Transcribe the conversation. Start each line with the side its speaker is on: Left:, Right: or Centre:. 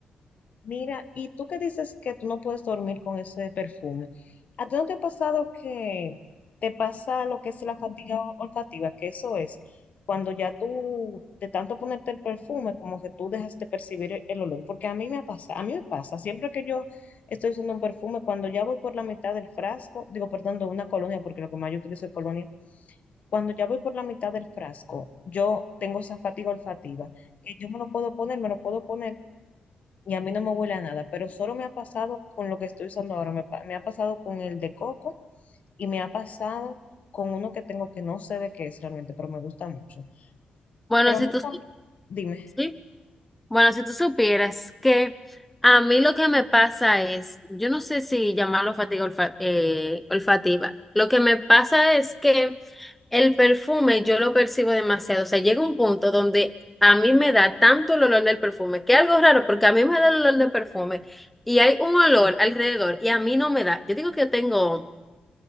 Left: Mira, y tú que dices que tú no puedes dormir con ese perfume, ¿a ti no te ha pasado que te pasa lo que es la fatiga o- olfativa? Que eso es cuando ya tú, de tanto ponerte el perfume, como que tú dejas de percibir el, el olor. Porque a mí me pasa, a mí me pasa, siempre que yo estoy usando un perfume, cuando ya voy por la mitad del frasco, digo, perdón, de una colonia, porque lo que más yo utilizo es colonia, cuando ya voy por la mitad del frasco, yo tengo esa fatiga olfativa, que yo me lo puedo poner, me lo puedo poner y a mí no me huele a nada, pero solo me ha pasado con lo que estoy usando ahora. Me, pa- me ha pasado con el de coco y me ha pasado con uno que tengo que no sé de qué es realmente, pero me gusta mucho.
Centre: Bueno,
Left: Pero
Centre: si
Left: nunca,
Centre: tú sí.
Left: dime,
Centre: sí. Bueno, si tú supieras que a mí lo que me pasa es, yo no sé si llamarlo fatiga olfa- eh, olfativa, lo que me pasa es que el perfume yo lo percibo demasiado, o sea, llega un punto donde a mí me da tanto el olor del perfume, que es algo raro, porque a mí me da el olor del perfume y hay un olor alrededor y a mí no me da. Yo digo que yo tengo